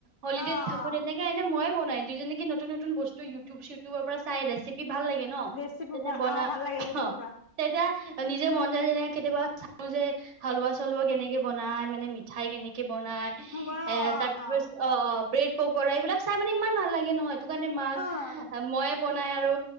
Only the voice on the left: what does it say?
অ
অ
ৰেচিপি
অ ভাল লাগে ইউটিউবৰ
পৰা
অ
অ অ
অ